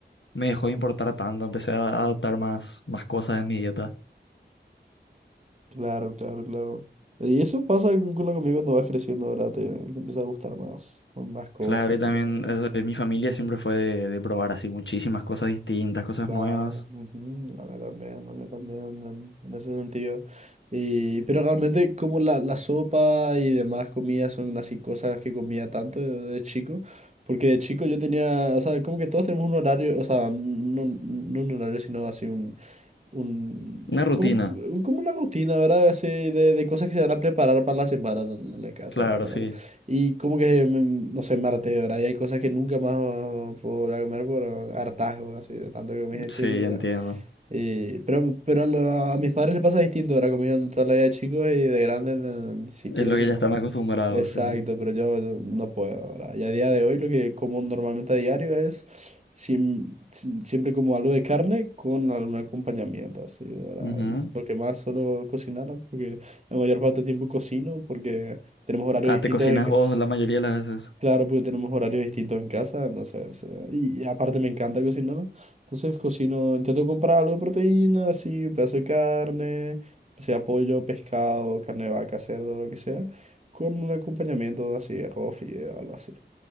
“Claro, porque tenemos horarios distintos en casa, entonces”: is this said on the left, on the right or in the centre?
Right